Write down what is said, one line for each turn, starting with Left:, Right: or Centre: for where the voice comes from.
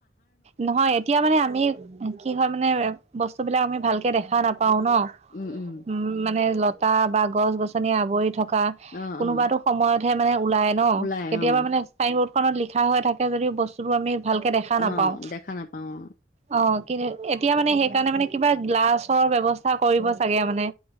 Right: নহয় এতিয়া মানে আমি কি হয় মানে বস্তু বস্ত বিলাক আমি ভালকে দেখা নাপাও ন
Left: উম উম
Right: উ মানে লটা বা গছ গছনি আৱৰি থকা
Left: অ
Right: কোনোবাতো
Left: অ
Right: সময়তহে মানে ওলাই ন
Left: ওলাই
Right: কেতিয়াবা
Left: অ
Right: মানে চাইন বৰ্ড খনত লিখা হৈ থাকে যদি বস্তুটো আমি ভালকে দেখা নাপাও
Left: অ দেখা নাপাও
Right: অ কিন্তু এতিয়া মানে সেইকাৰণে মানে কিবা গ্লাছৰ ব্যৱস্থা কৰিব চাগে মানে